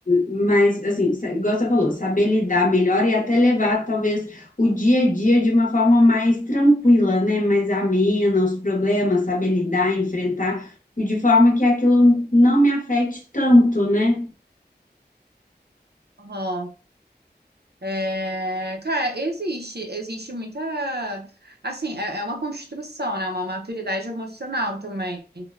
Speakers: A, on the left; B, on the right.
A: mais assim, sa- igual você falou, saber lidar melhor e até levar talvez o dia a dia de uma forma mais tranquila, né? Mais amena, os problemas, saber lidar, enfrentar, e de forma que aquilo não me afete tanto, né?
B: aham, É, cara, existe, existe muita, assim, é, é uma construção, né? Uma maturidade emocional também.